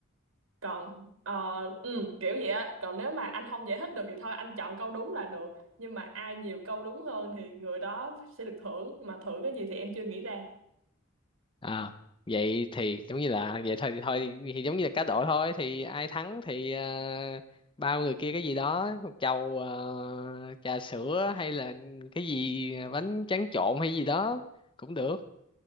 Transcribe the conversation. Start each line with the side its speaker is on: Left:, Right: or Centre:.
Right: Còn ờ, ừ, kiểu vậy á, còn nếu mà anh không giải thích được thì thôi anh chọn câu đúng là được. Nhưng mà ai nhiều câu đúng hơn thì người đó sẽ được thưởng, mà thưởng cái gì thì em chưa nghĩ ra.
Left: Ờ, vậy thì giống như là vậy thôi thì thôi thì giống như là cá độ thôi thì ai thắng thì ờ, bao người kia cái gì đó một chầu ờ, trà sữa hay là cái gì bánh tráng trộn hay gì đó cũng được.